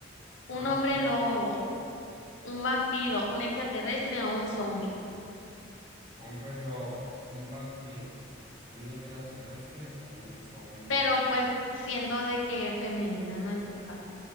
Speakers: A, on the right; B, on the left.
A: Ah,
B: ¿Un hombre lobo, un vampiro, un extraterrestre o un zombie?
A: hombre lobo, un vampiro, un extraterrestre o un zombie.
B: Pero pues siendo de que femenina, no en tu caso.